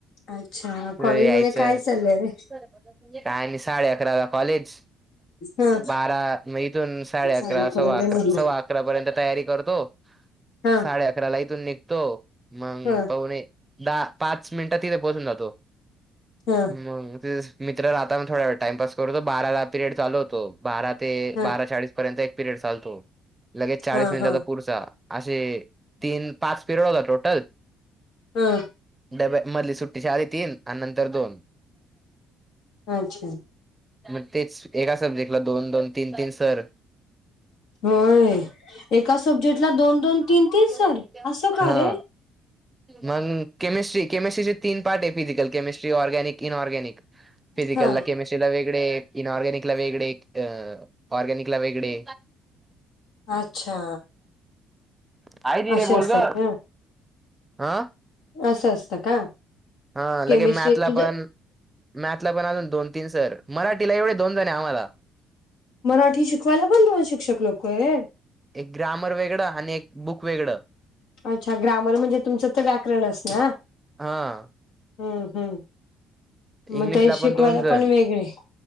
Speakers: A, on the left (about 75°); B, on the right (about 20°).
A: अच्छा
B: यायचं
A: कॉलेज मध्ये काय चालय रे?
B: काय आणि साडे अकरा ला कॉलेज
A: ह
B: बारा म इथून साडे अकरा
A: चालू करून
B: सव्वा
A: दे
B: अकरा
A: नाही
B: सव्वा अकरा पर्यंत तयारी करतो.
A: ह
B: साडे अकरा ला इथून निघतो मग
A: ह
B: पाहणे दहा पाच मिनिटात तिथे पोहोचून जातो.
A: हा
B: मग ते मित्र राहता मग थोड्या वेळ टाइमपास करूतो बाराला पिरियड चालू होतो. बारा ते
A: हा
B: बारा चाळीस पर्यंत एक पिरियड चालतो लगेच चाळीस
A: हा
B: मिनिटाचा
A: हा
B: पुढचा. असे तीन पाच पिरयड होतात टोटल.
A: हम
B: डब्या मधली सुट्टी साडे तीन आणि नंतर दोन.
A: अच्छा
B: मग तेच एका सब्जेक्टला दोन दोन, तीन तीन सर.
A: होय एका सब्जेक्ट ला दोन दोन तीन तीन
B: हा
A: सर असं का रे!
B: मग केमिस्ट्री केमिस्ट्रीचे तीन पार्ट आहे फिजिकल केमिस्ट्री ऑरगॅनिक इनऑरग्यानीक. फिजिकलला
A: हा
B: केमिस्ट्रीला वेगळे, इन ऑरगॅनिक वेगळे अ ऑरगॅनिक वेगळे,
A: अच्छा
B: हाय दिदे
A: असे
B: बोल
A: असतात
B: ग
A: का
B: आ
A: असं असतं का?
B: हा लगे
A: केमिस्ट्री
B: मॅथला
A: तुझ
B: पण मॅथला पण अजून दोन, तीन सर मराठीला एवढे दोन जण आहे आम्हाला,
A: मराठी शिकवायला पण दोन शिक्षक लोक आहे.
B: एक ग्रामर वेगळं आणि एक बुक वेगळं,
A: अच्छा ग्रामर म्हणजे तुमचं तर व्याकरणच ना
B: हा
A: हम्म हम्म मग
B: इंग्लिशला
A: त्या शिकवायला
B: पण दोन जण
A: पण वेगळे